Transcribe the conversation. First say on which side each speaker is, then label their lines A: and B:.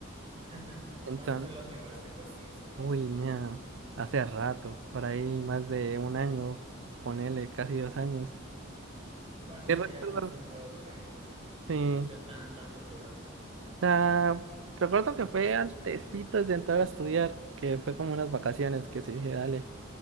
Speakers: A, on the right (about 25°); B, on the right (about 70°).
A: <laughs>
B: Entonces,
A: ¿Cuándo fue la última vez que jugaste Gears of War?
B: uy, nea, hace rato, por ahí más de un año, ponele casi dos años.
A: Bueno, es
B: Y recuerdo,
A: que ya no es un juego que,
B: sí, o
A: que sea tan, tan popular.
B: sea, recuerdo que fue antesitos de entrar a estudiar, que fue como unas vacaciones, que sí dije, dale.